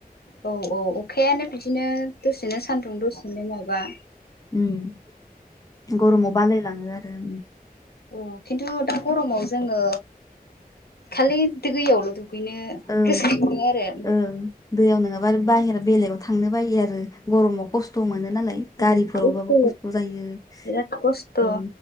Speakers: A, on the left; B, on the left.
A: औ औ अखायानो बिदिनो दसेनो सान्दुं दसेनो माबा
B: ओम गरमाव बालायलाङो आरो।
A: अ खिन्थु दा गरमाव जोङो खालि दैयावल' दु बिनो
B: ओं
A: <unintelligible> आरो
B: ओं दैयाव नोङाबा बाहेरा बेलेगाव थांनो बायो आरो गरमाव खस्थ' मोनो नालाय
A: खस्थ'
B: गारिफोरावबाबो खस्थ' जायो
A: बिराद खस्थ'